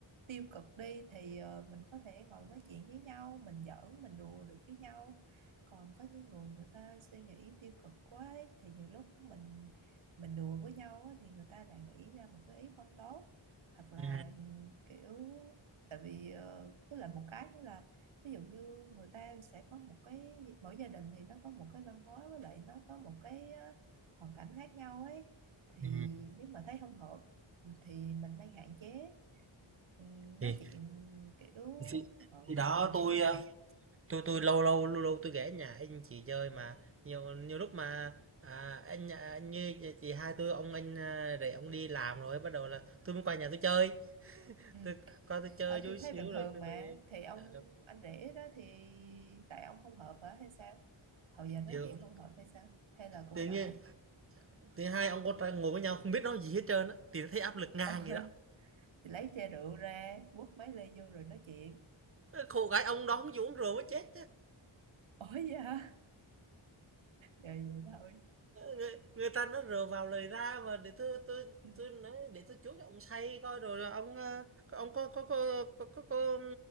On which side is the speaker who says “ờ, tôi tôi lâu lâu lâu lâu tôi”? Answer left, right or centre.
Right